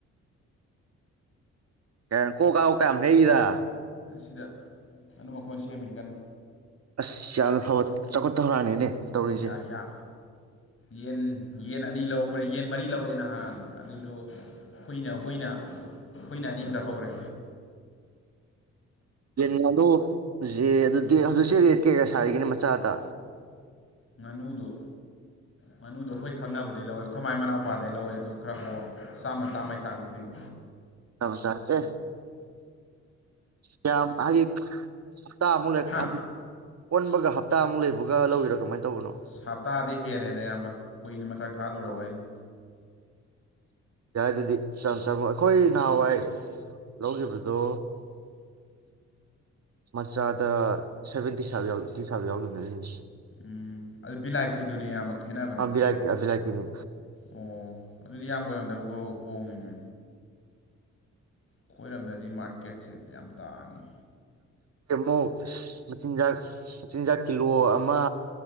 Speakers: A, on the right (about 55°); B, on the left (about 45°).
A: ꯀ ꯀꯣ ꯀꯥ ꯑꯣ ꯀꯥ ꯃꯗ
B: ꯁꯤꯗ ꯑꯗꯨꯅꯝꯃꯛ ꯀꯣꯟ ꯁꯦꯝꯃꯤ ꯀꯟꯅꯨ
A: ꯑꯁ ꯌꯥꯝꯅ ꯐꯕ ꯆꯥꯎꯈꯠꯇ ꯍꯧꯔꯛꯑꯅꯤꯅꯦ ꯇꯧꯔꯤꯁꯦ
B: ꯌꯥ ꯌꯥ ꯌꯦꯟ ꯌꯦꯟ ꯑꯅꯤ ꯂꯧꯔꯛꯄꯅꯤ ꯌꯦꯟ ꯃꯔꯤ ꯂꯧꯔꯛꯑꯦꯅ ꯅꯍꯥꯟ ꯑꯗꯨꯁꯨ ꯀꯨꯏꯅ ꯍꯨꯏꯅ ꯍꯨꯏꯅ ꯑꯅꯤꯝ ꯆꯥꯊꯣꯛꯈ꯭ꯔꯦ
A: ꯌꯦꯟ ꯉꯥꯗꯣ ꯑꯗꯨ ꯍꯧꯖꯤꯛꯁꯦ ꯔꯦꯠ ꯀꯌꯥ ꯀꯌꯥ ꯁꯥꯔꯤꯒꯦꯅꯤ ꯃꯆꯥꯗ
B: ꯉꯥꯅꯨꯗ ꯉꯥꯅꯨꯗꯣ ꯑꯩꯈꯣꯏ ꯈꯪꯅꯕꯗꯩ ꯂꯧꯋꯦ ꯑꯩꯈꯣꯏ ꯃꯥꯏ ꯃꯅꯥꯎꯄꯥꯗꯒꯤꯩ ꯂꯧꯋꯦ ꯑꯗꯨ ꯈꯔ ꯍꯣꯡꯉ ꯆꯥꯝꯃ ꯆꯥꯃꯩ ꯆꯥꯡꯁꯤꯡ
A: ꯇꯕꯁꯔꯇꯦ ꯀ ꯍꯥꯏꯒꯤ ꯇ ꯑꯃꯨꯂ
B: ꯍꯥ
A: ꯑꯗꯨ ꯑꯣꯟꯕꯒ ꯍꯞꯇꯥꯃꯨꯛ ꯂꯩꯕꯒ ꯂꯧꯕꯤꯔꯥ ꯀꯃꯥꯏꯅ ꯇꯧꯕꯅꯣ
B: ꯍꯞꯇꯥꯗꯤ ꯍꯦꯜꯂꯦꯗ ꯑꯌꯥꯝꯕ ꯀꯨꯏꯅ ꯃꯆꯥꯛ ꯊꯥꯜꯂꯨꯔꯕ
A: ꯑꯣ
B: ꯑꯅꯤ
A: ꯌꯥꯏ ꯑꯗꯨꯗꯤ ꯆꯝ ꯆꯝꯃꯣ ꯑꯩꯈꯣꯏ ꯅꯍꯥꯟꯋꯥꯏ ꯂꯧꯈꯤꯕꯗꯣ ꯃꯆꯥꯗ ꯁꯚꯦꯟꯇꯤ ꯁꯥꯕ ꯌꯥꯇꯤ ꯁꯥꯕ ꯌꯥꯎꯈꯤꯕꯅꯦ ꯑꯗꯨ ꯍꯅꯤ
B: ꯎꯝ ꯑꯗꯨ ꯕꯤꯂꯥꯏꯇꯤꯗꯨꯅꯦ ꯌꯥꯝꯕ ꯈꯦꯠꯅꯕꯅꯦ
A: ꯑ ꯕꯤꯂꯥꯏꯇꯤ ꯕꯤꯂꯥꯏꯇꯤꯅꯤ
B: ꯑꯣ ꯑꯗꯨꯗꯤ ꯌꯥꯝꯕ ꯑꯣꯏꯔꯝꯗꯕꯀꯣ ꯑꯍꯣꯡꯅ ꯑꯩꯈꯣꯏꯔꯝꯗꯗꯤ ꯃꯥꯔꯀꯦꯠꯁꯦ ꯌꯥꯝ ꯇꯥꯡꯉꯤ
A: ꯑꯃꯨꯛ ꯃꯆꯤꯟꯖꯥꯛ ꯃꯆꯤꯟꯖꯥꯛ ꯀꯤꯂꯣ ꯑꯃ